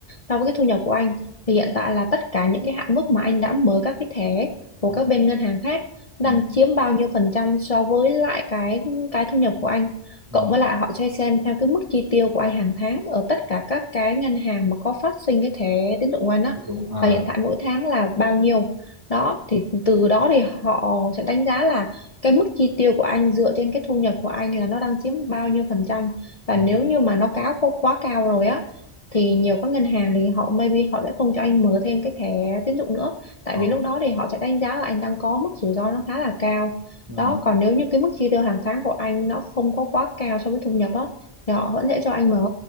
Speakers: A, on the left; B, on the right.
A: so với cái thu nhập của anh thì hiện tại là tất cả những cái hạn mức mà anh đã mở các cái thẻ của
B: ừm,
A: các bên ngân hàng khác đang
B: ừm,
A: chiếm bao nhiêu phần trăm so với lại cái cái thu nhập của anh
B: ừm,
A: cộng với lại họ sẽ xem theo cái mức chi tiêu của anh hàng tháng ở tất cả các cái ngân hàng mà có phát sinh cái thẻ tín dụng của anh á
B: đúng, à,
A: là hiện tại mỗi tháng là bao nhiêu đó thì từ đó thì họ sẽ đánh giá là cái mức chi tiêu của anh dựa trên cái thu nhập của anh là nó đang chiếm bao nhiêu phần trăm và
B: ừm,
A: nếu như mà nó cáo quá quá cao rồi á thì nhiều các ngân hàng thì họ maybe họ sẽ không cho anh mở thêm cái thẻ tín dụng nữa tại
B: ờ,
A: vì lúc đó thì họ sẽ đánh giá là anh đang có mức rủi ro nó khá là cao
B: ừm,
A: đó còn nếu như cái mức chi tiêu hàng tháng của anh nó không có quá cao so với thu nhập á thì họ vẫn sẽ cho anh mở